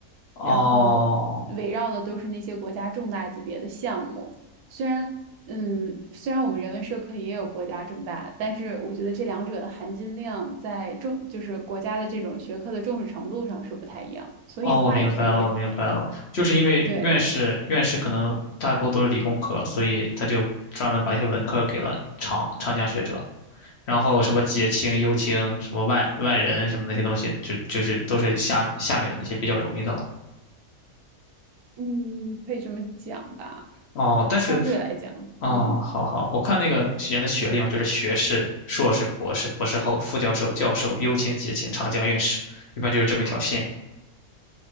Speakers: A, on the left (about 55°); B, on the right (about 80°).
A: 哦
B: 然后围绕的都是那些国家重大级别的项目。虽然，嗯，虽然我们人文社科也有国家重大，但是我觉得这两者的含金量在重，就是国家的这种学科的重视程度上是不太一样，所以话语权也不太一样。
A: 哦，我明白了，我明白了，就是因为院士院士可能大多都是理工科，
B: 对，
A: 所以他就专门把一些文科给了长长江学者，然后什么结清、优青，什么万万人什么那些东西，就就是都是下下面的那些比较容易的了。
B: 嗯，可以这么讲吧，
A: 哦，但是
B: 相对来讲，
A: 哦，
B: 嗯。
A: 好好，我看那个学员的学历嘛，就是学士、硕士、博士、博士后、副教授、教授、优请、解请、长江院士，一般就是这么一条线。